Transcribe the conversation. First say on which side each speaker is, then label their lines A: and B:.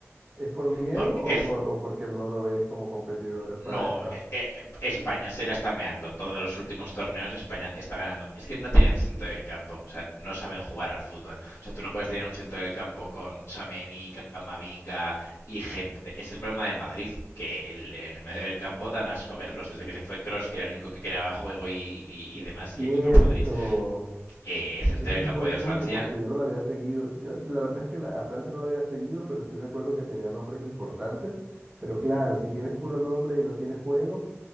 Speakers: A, on the right; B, on the left.
A: ¿Es por miedo
B: Porque
A: o,
B: el,
A: por- o porque no lo ves como competidores para
B: No,
A: esta?
B: eh, eh, España se la está meando. Todos los últimos torneos España está ganando. Es que no tenían centro del campo, o sea, no saben jugar al fútbol. O sea, tú no puedes tener un centro del campo con Chamení, Camavinga y gente. Es el problema del Madrid, que el, en el medio del campo dan asco verlos. Desde que se fue Cross, que era el único que creaba juego y, y,
A: Es
B: y demás,
A: cierto.
B: y, y con Modric. Eh, el centro
A: Tienes
B: del
A: un
B: campo
A: buen
B: de
A: punto
B: Francia
A: porque yo no la había seguido. Yo, la verdad es que la- a Francia no la había seguido, pero sí recuerdo que tenía nombres importantes. Pero claro, si tienes puro nombre y no tienes juego,